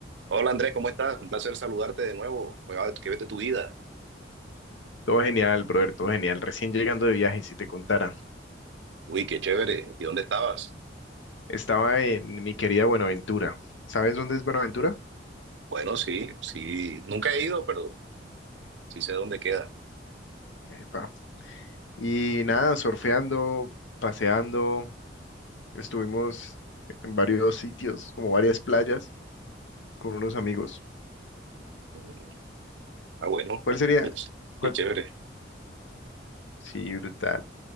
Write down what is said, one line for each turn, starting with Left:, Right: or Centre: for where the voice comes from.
Right: Hola Andrés, ¿cómo estás? Un placer saludarte de nuevo. Oiga, ¿Qué vete tu vida?
Left: Todo genial, brother, todo genial. Recién llegando de viaje, si te contara.
Right: Uy, qué chévere. ¿Y dónde estabas?
Left: Estaba en mi querida Buenaventura. ¿Sabes dónde es Buenaventura?
Right: Bueno, sí, sí, nunca he ido, pero sí sé dónde queda.
Left: Epa. Y nada, surfeando, paseando. Estuvimos en varios sitios, como varias playas, con unos amigos.
Right: Mm, Ah, bueno,
Left: ¿Cuál sería?
Right: qué, ch-
Left: cuál-
Right: qué chévere.
Left: Sí, brutal.